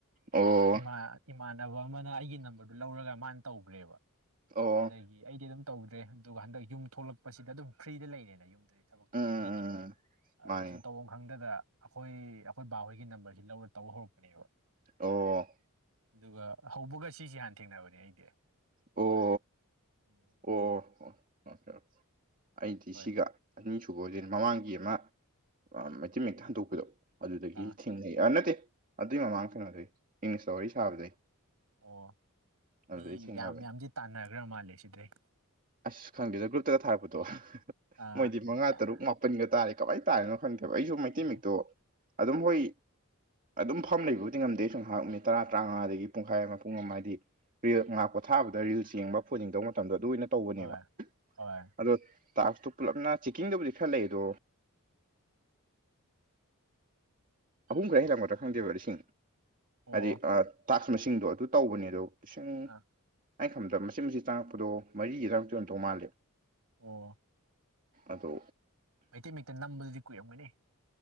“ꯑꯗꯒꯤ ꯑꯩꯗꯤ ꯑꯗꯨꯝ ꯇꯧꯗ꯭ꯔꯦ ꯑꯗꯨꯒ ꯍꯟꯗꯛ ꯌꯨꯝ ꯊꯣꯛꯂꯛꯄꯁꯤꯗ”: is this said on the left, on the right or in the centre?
Right